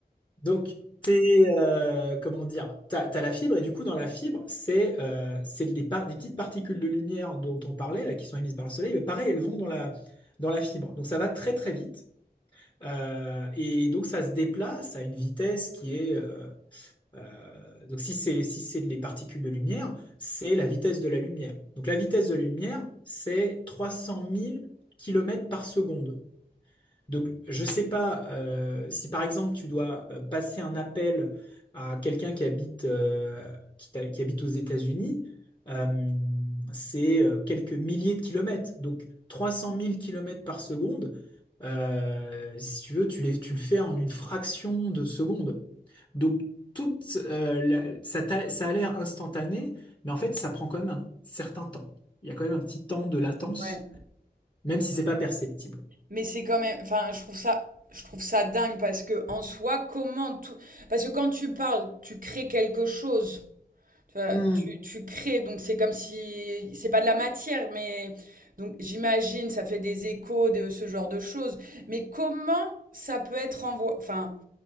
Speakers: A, on the left; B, on the right.
A: Donc, t'es, euh, comment dire, t'as, t'as la fibre, et du coup, dans la fibre, c'est euh, c'est des, par- des petites particules de lumière dont on parlait, là, qui sont émises par le soleil, mais pareil, elles vont dans la, dans la fibre. Donc, ça va très, très vite. Euh, et donc, ça se déplace à une vitesse qui est... euh, euh, donc, si c'est si c'est des particules de lumière, c'est la vitesse de la lumière. Donc, la vitesse de la lumière, c'est trois cent mille kilomètres par seconde. Donc, je sais pas euh, si par exemple tu dois euh, passer un appel à quelqu'un qui habite euh, qui, t'a- qui habite aux États-Unis, euh, c'est euh, quelques milliers de kilomètres, donc 300 000 kilomètres par seconde. euh, si tu veux, tu les, tu le fais en une fraction de seconde. Donc, toute, euh, la- ça, t'a- ça a l'air instantané, mais en fait, ça prend quand même un certain temps. Il y a quand même un petit temps de latence,
B: Ouais.
A: même si c'est pas perceptible.
B: Mais c'est quand même, enfin, je trouve ça, je trouve ça dingue parce que en soi, comment tout, parce que quand tu parles, tu crées quelque chose. Tu vois,
A: Hmm.
B: tu, tu crées, donc c'est comme si, c'est pas de la matière, mais donc j'imagine, ça fait des échos de ce genre de choses. Mais comment ça peut être envoyé, enfin,